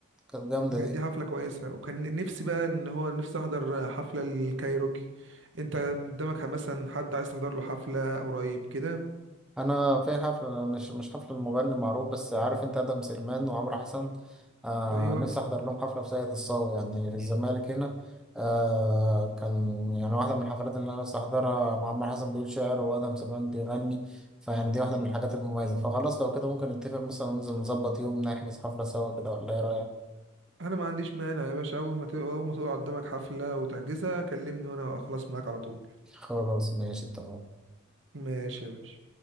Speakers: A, in the centre; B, on the right.
A: كانت جامده
B: فكانت
A: دي
B: دي حفلة كويسة وكان نفسي بقى ان هو نفسي احضر حفلة الكايروكي انت قدامك مثلا حد عايز تحضر له حفلة قريب كده
A: انا في حفله مش مش حفله المغني معروف بس عارف انت ادم سليمان وعمرو حسن آه
B: ايوه
A: نفسي احضر لهم حفله في ساقية الصاوي يعني في الزمالك هنا آه كان يعني واحده من الحفلات اللي انا نفسي احضرها مع عمرو حسن بيقول شعر وادم سليمان بيغني فيعني دي واحده من الحاجات المميزه فخلاص لو كده ممكن نتفق مثلا ننزل نظبط يوم نحجز حفله سوا كده ولا ايه رايك
B: انا ما عنديش مانع يا باشا اول ما تق- اول ما تقع قدامك حفلة وتحجزها كلمني وانا اخلص معاك على طول
A: خلاص ماشي اتفقنا
B: ماشي يا باشا